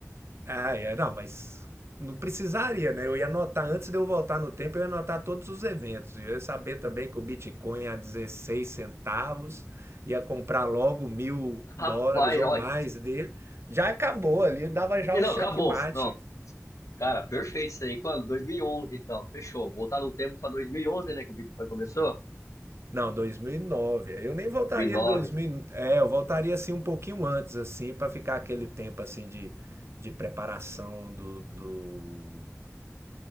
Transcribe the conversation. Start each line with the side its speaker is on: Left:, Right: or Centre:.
Right: Ah, é, não, mas não precisaria, né? Eu ia anotar, antes de eu voltar no tempo, eu ia anotar todos os eventos. Eu ia saber também que o Bitcoin a 16 centavos, ia comprar logo mil dólares
Left: Rapaz,
Right: ou
Left: olha.
Right: mais dele. Já acabou ali, dava já
Left: E
Right: o
Left: Não,
Right: checkmate.
Left: acabou. Não, cara, perfeito isso aí. Quando? 2011, então. Fechou. Voltar no tempo para 2011, né, que o Bitcoin começou?
Right: Não, dois mil e nove Eu nem voltaria
Left: 2009.
Right: em 2000. É, eu voltaria assim um pouquinho antes, assim, para ficar aquele tempo assim de, de preparação do, do,